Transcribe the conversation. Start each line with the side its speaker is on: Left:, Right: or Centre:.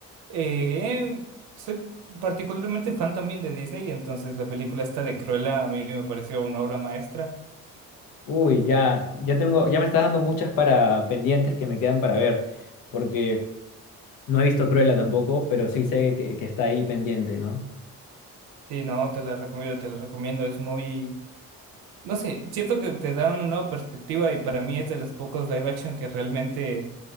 Right: Eh, soy particularmente fan también de Disney, entonces la película esta de Cruella a mí me pareció una obra maestra.
Left: Uy, ya, ya tengo, ya me estás dando muchas para pendientes que me quedan para ver. Porque No he visto Cruella tampoco, pero sí sé que, que está ahí pendiente, ¿no?
Right: Sí, no, te la recomiendo, te la recomiendo. Es muy, no sé, cierto que te da una nueva perspectiva y para mí es de los pocos live action que realmente